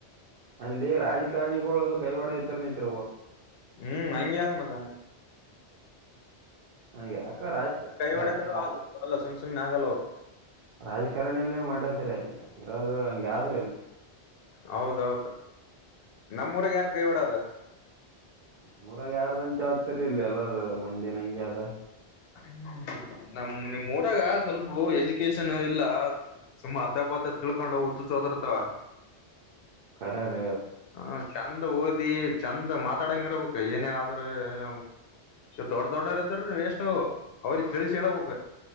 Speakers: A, on the right (about 55°); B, on the left (about 65°).
A: ಅಲ್ಲಿ ರಾಜಕಾರಣಿಗಳುಳದು ಕೈವಾಡ ಇದ್ರ ನಿಂತಿರ್ಬೋದು
B: ಹ್ಮ್ ಹಂಗ ಯ್ದ್ ಮತ ಅ
A: ನನ್ಗೆ ಯಾಕ ರಾಜಕ
B: ಕೈ ಹೊಡೆದ್ರು
A: ರಾಜ
B: ಅಲ್ಲ ಸುಮ್ ಸುಮ್ನೆ ಆಗಲ್ಲವು
A: ರಾಜಕಾರಣನೇ ಮಾಡದರ ಅಲ್ಲಿ ಇರೋದು ಹಂಗ ಆದ್ರ ಅಲ್ಲಿ
B: ಹೌದೌದು ನಮ್ಮೂರಾಗ ಯಾರ ಕೈವಾಡದ
A: ನಮ್ಮೂಊರಾಗ ಯಾರ್ದಂತಾತರಿ ಇಲ್ಲಿ ಎಲ್ಲ ಮಂದಿನ ಹಂಂಗಗೆ ಅದ
B: ಹ್ಮ್ ನಮ ನಿಮ್ಮ್ ಊರಾಗ ಸ್ವಲ್ಪ ಎಜುಕೇಶನ್ ಇಲ್ಲ ಸುಮ್ಮ ಅದ್ದ ಪ್ದ ತಿಳ್ಕೊಂಡು ಉತ್ತು ಸ ಹೋದರ್ತಾವ
A: ಕರೆ ರ
B: ಹ ಚಂದ ಓದಿ ಚಂದ ಮಾತಾಡಂಗ ಇರ್ಬೇಕು ಏನೇ ಆದ್ರೂ ಏನ ದೊಡ್ಡ ದೊಡ್ಡರದ್ರ ವೇಸ್ಟ್ ಅವ್ರ ತಿಳಿಸಿ ಹೇಳಳ್ಬೇಕು